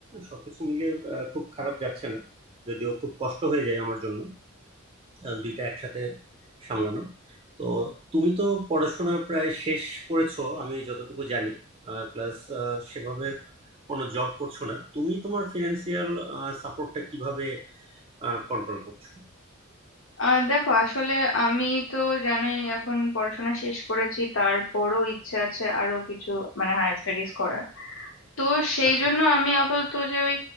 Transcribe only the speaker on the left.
আহ দেখো আসলে আমি তো জানোই এখন পড়াশোনা শেষ করেছি তারপরও ইচ্ছে আছে আরো কিছু মানে হায়ার স্টাডিজ করার তো সেই
জন্য
আমি আপাতত যে ওই